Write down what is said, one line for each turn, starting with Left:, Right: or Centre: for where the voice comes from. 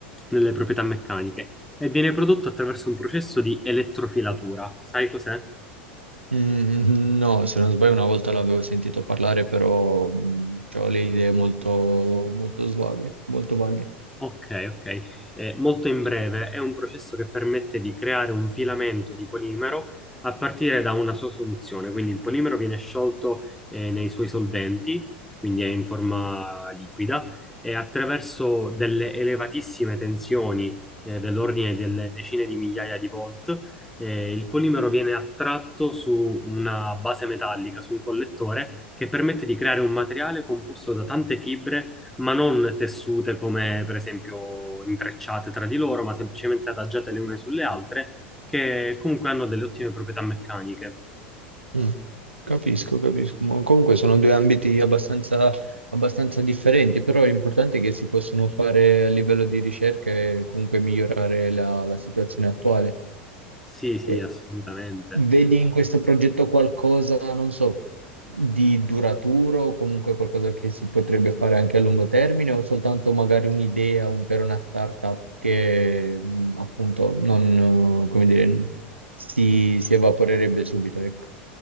Centre: delle proprietà meccaniche, e viene prodotto attraverso un processo di elettrofilatura. Sai cos'è?
Right: Mm, no, se non sbaglio una volta l'avevo sentito parlare, però mm, cioè, ho le idee molto, molto svaghe, molto vaghe.
Centre: Ok, ok. Eh, molto in breve, è un processo che permette di creare un filamento di polimero a partire da una sua soluzione. Quindi il polimero viene sciolto eh, nei suoi solventi, quindi è in forma liquida, e attraverso delle elevatissime tensioni eh, dell'ordine delle decine di migliaia di volt, eh, il polimero viene attratto su una base metallica, su un collettore, che permette di creare un materiale composto da tante fibre ma non tessute come per esempio intrecciate tra di loro, ma semplicemente adagiate le une sulle altre, che comunque hanno delle ottime proprietà meccaniche.
Right: Mm, Capisco, capisco. Ma Comunque sono due ambiti abbastanza, abbastanza differenti, però l'importante è che si possano fare a livello di ricerca e comunque migliorare la, la situazione attuale.
Centre: Sì, sì,
Right: E
Centre: assolutamente.
Right: vedi in questo progetto qualcosa, non so, di duraturo o comunque qualcosa che si potrebbe fare anche a lungo termine o soltanto magari un'idea un- per una startup che mh, appunto non, eh, come dire, si, si evaporerebbe subito, ecco.